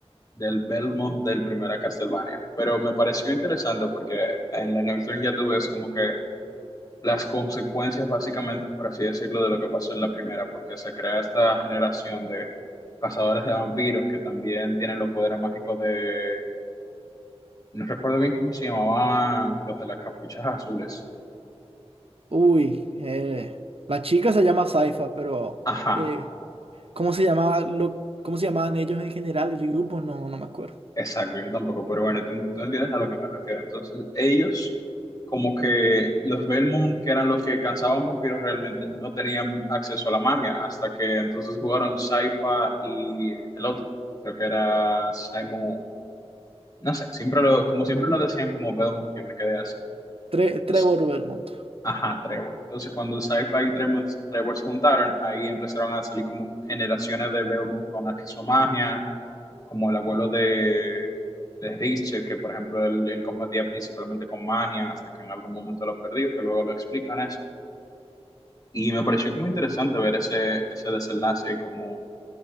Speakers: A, on the left; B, on the right.
A: del Belmont del primera Castlevania. Pero me pareció interesante porque en la Nocturne ya tú ves como que las consecuencias, básicamente, por así decirlo, de lo que pasó en la primera, porque se crea esta generación de cazadores de vampiros que también tienen los poderes mágicos de. No recuerdo bien cómo se llamaban los de las capuchas azules.
B: Uy, eh, la chica se llama Saifa, pero
A: Ajá.
B: eh, ¿cómo se llamaba lo, cómo se llamaban ellos en general, el grupo? No, no me acuerdo.
A: Exacto, yo tampoco, pero bueno, tú, tú entiendes a lo que me refiero. Entonces, ellos, como que los Belmont, que eran los que cansaban vampiros, realmente no tenían acceso a la magia, hasta que entonces jugaron Sypha y el otro, creo que era Simon, no sé, siempre lo, como siempre lo decían como Belmont, yo me quedé así.
B: Tre-
A: Entonces,
B: Trevor Belmont.
A: ajá, Trevor. Entonces, cuando Sypha y Tremor- Trevor, se juntaron, ahí empezaron a salir como generaciones de Belmont con acceso a magia como el abuelo de, de Richter, que por ejemplo él, él combatía principalmente con magia, hasta que en algún momento lo perdió, que luego lo explican eso. Y me pareció como interesante ver ese, ese desenlace y cómo,